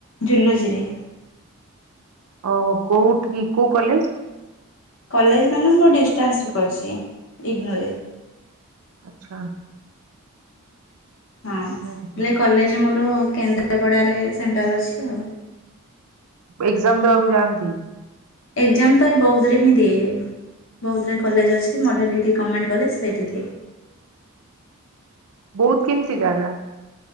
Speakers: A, on the left; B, on the right.
A: ଜୁଲୋଜି ରେ।
B: ଓହୋ କୋଉଠି କୋଉ କଲେଜ?
A: କଲେଜ ମାନେ ମୁଁ ଡିଷ୍ଟାନ୍ସ ରେ କରୁଛି ଇଗନୋରେ
B: ଆଛା
A: ହଁ
B: ହୁଁ
A: ହେଲେ କଲେଜ ମୋର କେନ୍ଦ୍ରାପଡ଼ାରେ ସେଣ୍ଟର ଅଛି ଆଉ।
B: ଏକ୍ଜାମ ଦେବାକୁ ଯାଆନ୍ତି।
A: ଏଗଜାମ ତ ଏଇ ବଉଧରେ ହିଁ ଦିଏ। ବଉଧ ରେ କଲେଜ ଅଛି ମଡ଼େଲିଟି ଗଭର୍ଣ୍ଣମେଣ୍ଟ କଲେଜ ସେଇିଟି ଦିଏ।
B: ବୌଧ କେମିତି ଜାଗା?